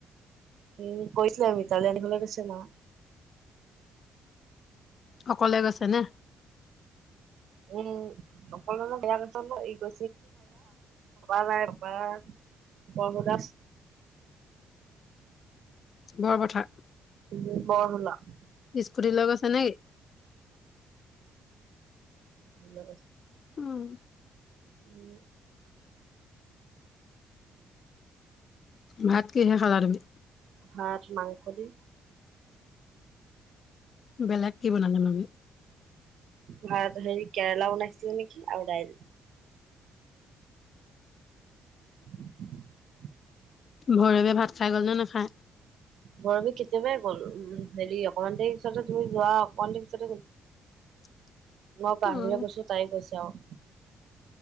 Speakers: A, on the right; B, on the left.
A: উম, কৈছিলে মিতালী আনিবলৈ গৈছে মা।
B: অকলে গৈছে নে?
A: উম, অকলে যে <unintelligible> বাবু দাস
B: বৰপথাৰ।
A: উম, <unintelligible>
B: স্কুটি লৈ গৈছে নেকি?
A: লৈ গৈছে তো।
B: উম।
A: উম।
B: ভাত কিহে খালা তুমি?
A: ভাত মাংস দি।
B: বেলেগ কি বনালে মামী?
A: ভাত হেৰি কেৰেলা বনাইছিলে নেকি আৰু দাইল। <inaudible>
B: ভৈৰৱে ভাত খাই গ'লনে নাখায়?
A: ভৈৰৱী কেতিয়াবাই গ'ল উম, হেৰি অকমান দেৰি পিছতে তুমি যোৱা অকন দেৰি পিছতে গ'ল।
B: <inaudible>
A: মই পাৰ
B: উম,
A: হবলৈ গৈছোঁ, তাই গৈছে অ',।